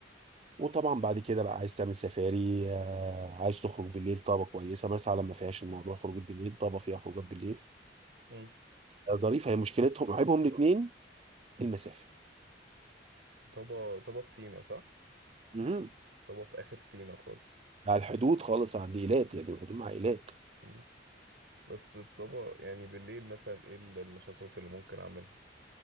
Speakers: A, on the right; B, on the right.
A: وطبعا بعد كده بقى عايز تعمل سفاري آه، عايز تخرج بالليل طابة كويسة مرسى علم ما فيهاش الموضوع خروج بالليل طابة فيها خروجات بالليل
B: مم.
A: آه، ظريفة هي مشكلتهم عيبهم الاتنين المسافة
B: طابة طابة في سينا صح؟
A: مهم.
B: طبعا في آخر سينا خالص
A: على الحدود خالص عند إيلات يعني الحدود مع إيلات
B: مم. بس طبعا يعني بالليل مثلا ايه ال- النشاطات اللي ممكن اعملها